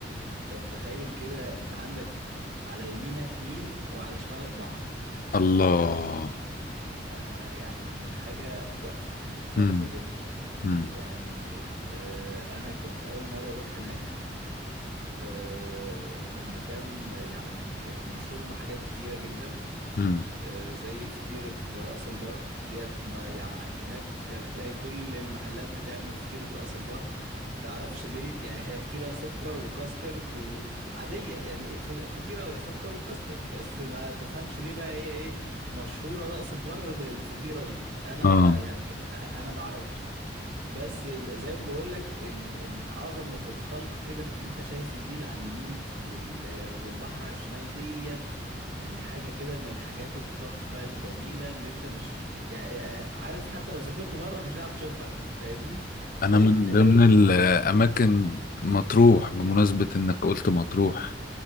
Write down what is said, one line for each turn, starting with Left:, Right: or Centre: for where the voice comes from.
Right: انت متخيل كده انت عندك على يمينك نيل وعلى شمالك بحر
Left: الله
Right: ف- يعني حاجة تحفة تحفة
Left: امم
Right: جدا
Left: امم
Right: يعني آه، انا كنت اول مرة اروح هناك آه، المكان يعني مشهور بحاجات كتيرة جدا
Left: امم
Right: آه، زي فطيرة رأس البر ديت ما يعني هناك تلاقي كل المحلات بتعمل فطيرة رأس البر تعرفش ليه يعني هي فطيرة سكر وكاسترد وعادية يعني ف- فطيرة سكر وكاسترد بس ما تفهمش ليه بقى هي ايه مشهورة رأس البر بالفطيرة دي انا
Left: اه
Right: ما يعني <laughs> انا ما اعرفش بس ال- زي ما بقول لك ال- ال- عظمة الخلق كده في ان انت شايف النيل على اليمين وال- والبحر على الشمال ديت يعني حاجة كده من الحاجات التحفة الجميلة اللي انت مش يعني عارف حتى لو سافرت بره مش هتعرف تشوفها فاهمني
Left: انا
Right: يعني
Left: من
Right: نادق
Left: ضمن الاماكن مطروح بمناسبة انك قلت مطروح